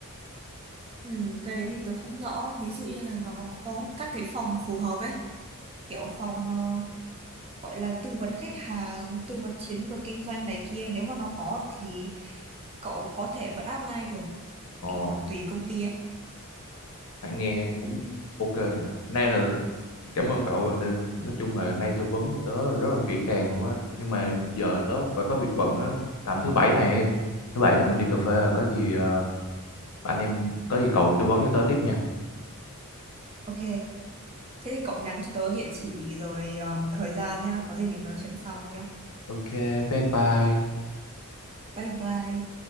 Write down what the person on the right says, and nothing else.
ừ, cái đấy thì tớ không rõ ví dụ như là nó có các cái phòng phù hợp ấy kiểu phòng ờ, gọi là tư vấn khách hàng, tư vấn chiến lược kinh doanh này kia nếu mà nó có thì cậu có thể vẫn apply được
kiểu còn tùy công ty ấy.
Ok, thế thì cậu nhắn cho tớ địa chỉ rồi um, thời gian nhá, có gì mình nói chuyện sau nhá.
Bye bye.